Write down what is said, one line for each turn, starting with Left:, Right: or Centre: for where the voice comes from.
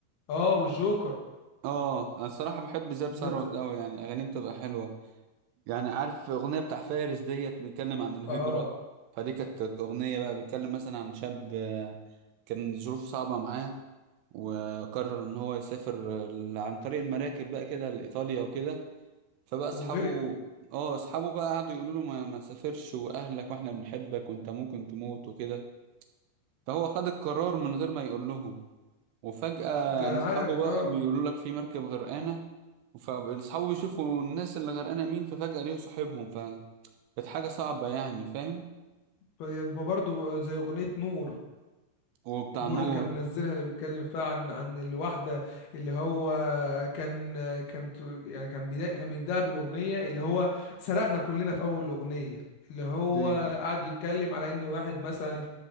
Left: اه والجوكر
Right: أه أنا الصراحة بحب زاب ثروت
Left: ده بس-
Right: أوي يعني أغانيه بتبقى حلوة يعني عارف أغنية بتاع فارس ديت بيتكلم عن الهجرة
Left: اه
Right: فدي كانت أغنية بقى بيتكلم مثلا عن شاب آه، كان ظروف صعبة معاه وقرر إن هو يسافر آه، عن طريق المراكب بقى كده لإيطاليا وكده فبقى أصحابه
Left: وغرق
Right: اه أصحابه بقى قعدوا يقولوا له ما, ما تسافرش وأهلك وإحنا بنحبك وأنت ممكن تموت وكده فهو خد القرار من غير ما يقول لهم وفجأة
Left: انا
Right: يعني أصحابه
Left: عارف اه
Right: بقى بيقولوا لك في مركب غرقانة فأصحابه بيشوفوا الناس اللي غرقانة مين ففجأة ليه صاحبهم كانت حاجة صعبة يعني فاهم
Left: ف- ما برضو زي اغنية نور
Right: وبتاع
Left: نور
Right: نور
Left: اللي كان منزلها اللي بيتكلم فيها عن عن الواحدة اللي هو كان كان يعني كان بدا كان بيبدأها بالأغنية اللي هو سرقنا كلنا في أول الأغنية اللي هو
Right: دي
Left: قعد يتكلم على إن واحد مثلا